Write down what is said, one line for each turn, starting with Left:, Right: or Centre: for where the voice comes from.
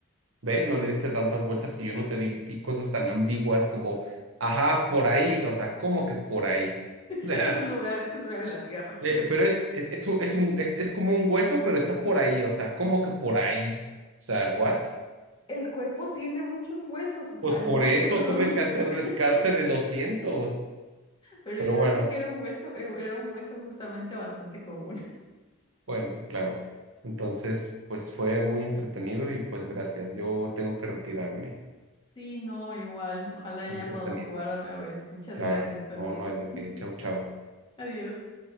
Right: ¿Ves? No le diste tantas vueltas y yo no te di, di cosas tan ambiguas como, ajá, por ahí, o sea, ¿cómo que por ahí? <laughs> O sea,
Left: Es un lugar, es un lugar en la tierra.
Right: eh, pero es, es, es, un, es, un- es- es como un hueso, pero está por ahí, o sea, ¿cómo que por ahí? O sea, ¿what?
Left: El cuerpo tiene muchos huesos, o sea,
Right: Pues por
Left: hay mucho
Right: eso
Left: de donde
Right: tuve que
Left: <laughs>
Right: hacer
Left: buscar.
Right: descarte de doscientos,
Left: Pero
Right: pero
Left: yo
Right: bueno,
Left: dije que era un hueso, eh, era un hueso justamente bastante común.
Right: bueno, claro. Entonces, pues fue muy entretenido y pues gracias, yo tengo que retirarme.
Left: Sí, no, igual. Ojalá
Right: Fue
Left: ya
Right: entretenido,
Left: podamos jugar otra vez. Muchas
Right: claro.
Left: gracias también.
Right: No, no hay de qué. Chau, chau.
Left: Adiós.